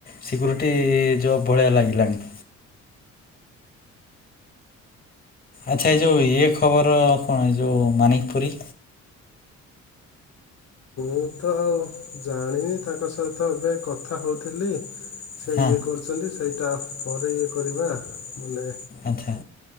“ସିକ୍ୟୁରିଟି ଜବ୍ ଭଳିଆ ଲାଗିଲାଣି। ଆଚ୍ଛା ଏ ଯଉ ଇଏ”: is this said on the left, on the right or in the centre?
Left